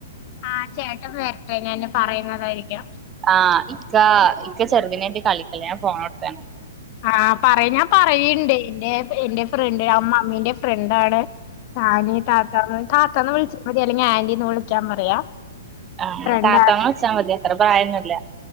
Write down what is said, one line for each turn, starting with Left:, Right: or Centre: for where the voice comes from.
Left: ആഹ് ചേട്ട വരട്ടെ ഞാൻ പറയുന്നതായിരിക്കാം
Right: ആഹ് ഇക്ക ഇക്ക ചെറുതിനായിട്ട കളിക്ക ഞാൻ ഫോണോടുത്തന്ന
Left: ആഹ് പറയാ ഞാൻ പറയുണ്ട് എൻന്റെ എൻന്റെ ഫ്രണ്ട് മ്മമ്മീ ന്റെ ഫ്രണ്ടാണ് സാനി താത്താന്ന് താത്താന്ന് വിളിച്ചാൽ മതി അല്ലെങ്കിൽ ആന്റീന്ന് വിളിക്കാൻ പറയാ
Right: ആ
Left: ഫ്രണ്ടാ
Right: താത്താ ന്ന് വിളിച്ചാൽ മതി അത്ര പ്രായന്നുല്ല